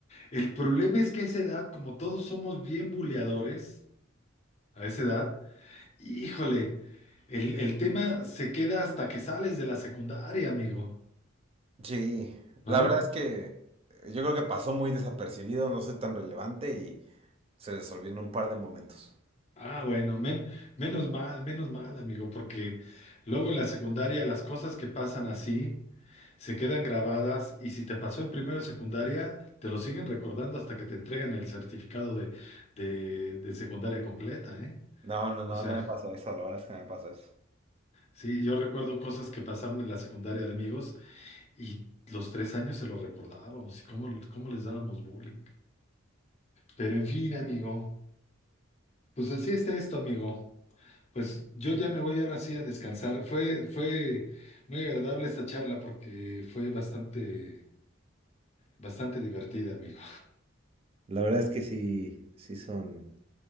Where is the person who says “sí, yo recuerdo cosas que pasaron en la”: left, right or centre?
Left